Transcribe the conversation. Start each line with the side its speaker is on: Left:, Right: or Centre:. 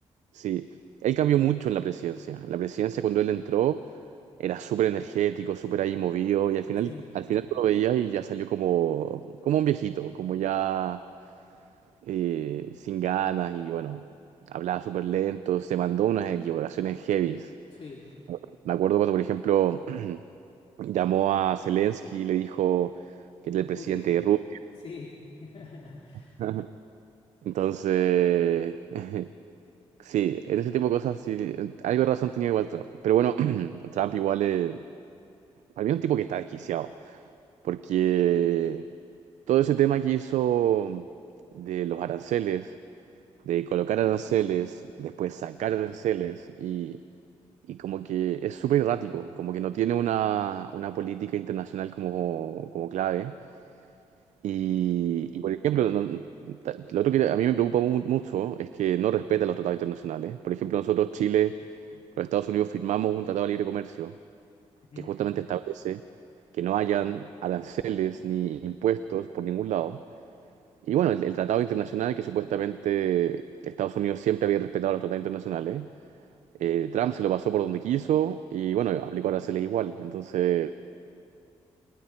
Right: sí. Él cambió mucho en la presidencia. En la presidencia, cuando él entró, era súper energético, súper ahí movido y al final,
Left: Sí,
Right: al final tú lo veías y ya salió como, como un viejito, como ya eh, sin ganas y bueno, hablaba súper lento, se mandó unas equivocaciones heavies.
Left: sí.
Right: Me acuerdo cuando, por ejemplo... <clears throat> llamó a Zelensky y le dijo que era el presidente
Left: Putin.
Right: de Rusia.
Left: Sí. <laughs>
Right: <laughs> Entonces, <laughs> sí, en ese tipo de cosas sí, algo de razón tenía igual Trump. Pero bueno, <clears throat> Trump igual, eh, para mí es un tipo que está desquiciado, porque todo ese tema que hizo de los aranceles, de colocar aranceles, después sacar aranceles y... Y como que es súper errático, como que no tiene una, una política internacional como, como clave. Y, y, por ejemplo, no- ta- lo otro que a mí me preocupa mu- mucho es que no respeta los tratados internacionales. Por ejemplo, nosotros, Chile, con Estados Unidos firmamos un tratado de libre comercio
Left: Ujú.
Right: que justamente establece que no hayan aranceles ni impuestos por ningún lado. Y bueno, el, el tratado internacional que supuestamente Estados Unidos siempre había respetado los tratados internacionales, eh, Trump se lo pasó por donde quiso y bueno, aplicó aranceles igual. Entonces,